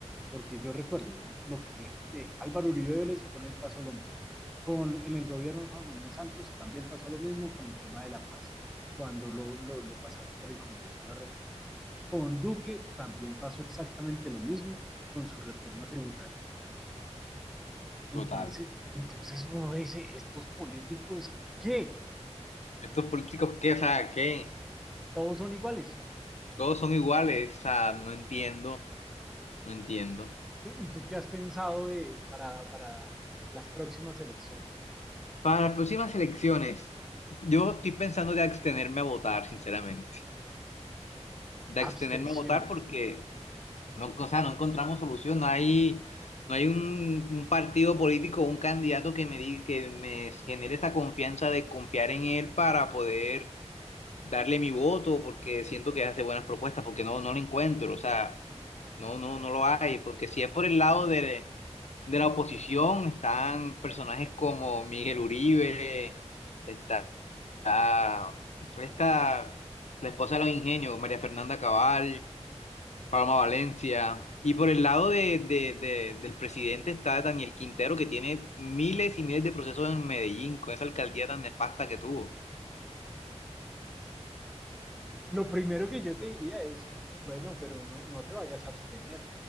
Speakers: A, in the centre; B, on the left (about 70°).
A: porque yo recuerdo lo que te digo, de Álvaro Uribe Vélez con él pasó lo mismo. Con, en el gobierno de Juan Manuel Santos también pasó lo mismo con el tema de la paz, cuando lo, lo, lo pasaron por el Congreso de la República. Con Duque también pasó exactamente lo mismo con su reforma tributaria. Entonces,
B: Total.
A: entonces uno dice, estos políticos, ¿qué?
B: Estos políticos, ¿qué? O sea, ¿qué?
A: Todos son iguales.
B: Todos son iguales. O sea, no entiendo, no entiendo.
A: ¿Y tú qué has pensado de, para, para las próximas elecciones?
B: Para las próximas elecciones, yo estoy pensando de abstenerme a votar, sinceramente. De
A: Abstención.
B: abstenerme a votar porque No, o sea, no encontramos solución, no hay, no hay un, un partido político, un candidato que me di- que me genere esa confianza de confiar en él para poder darle mi voto, porque siento que hace buenas propuestas, porque no, no lo encuentro, o sea, no, no, no lo hay, porque si es por el lado de, de la oposición, están personajes como Miguel Uribe, está, está esta, la esposa de los ingenios, María Fernanda Cabal. Paloma Valencia. Y por el lado de, de- de- del presidente está Daniel Quintero, que tiene miles y miles de procesos en Medellín, con esa alcaldía tan nefasta que tuvo.
A: Lo primero que yo te diría es, bueno, pero no, no te vayas a abstener.